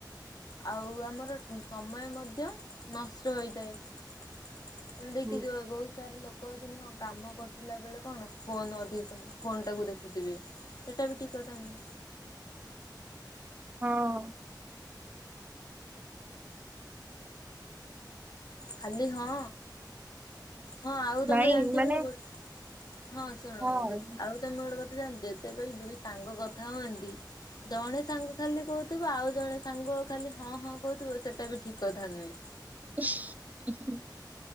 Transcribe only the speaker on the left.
ଆଉ ଆମର ସମୟ ମଧ୍ୟ ନଷ୍ଟ ହୋଇଥାଏ। ତମେ ଦେଖି
ଥିବ ବହୁତ ସାରା ଲୋ କହଁନ୍ତିନି କଣ କାମ କରୁଥିଲା ବେଳେ କଣ ଫୋନ୍ଅଧିକ ସମ ଫୋନ୍ ଟାକୁ ଦେଖୁଥିବେ। ସେଟା ବି ଟିକ୍ କଥା ନୁହେଁ।
ଖାଲି ହଁ। ହଁ ଆଉ ତମେ
ଜାଣିଥିବ
ଗୋ ହଁ ଶୁଣ
ଯେତେ ଆଉ ତମେ ଗୋଟେ କଥା ଜାଣିଚ ଯେତେବେଳେ ଦୁଇ ସାଙ୍ଗ କଥା ହୁଅନ୍ତି ଜଣେ ସାଙ୍ଗ ଖାଲି କହୁଥିବ ଆଉ ଜଣେ ସାଙ୍ଗ ଖାଲି ହଁ ହଁ କହୁଥିବ ସେଟା ବି ଠିକ କଥା ନୁହେଁ।